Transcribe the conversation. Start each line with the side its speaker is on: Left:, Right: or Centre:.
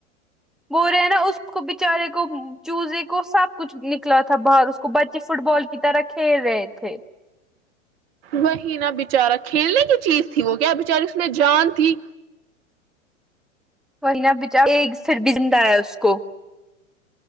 Centre: بول رہے ہیں نا اس کو بیچارے کو چزے کو سب کچھ نکلا تھا باہر اس کو بچے فٹ بال کی طرح کھیل رہے تھے
Right: وہی نا بیچارہ کھیلنے کی چیز تھی وہ کیا بچاری اس میں جان تھی
Centre: وہی نا بچارا پھر بھی زندا اس کو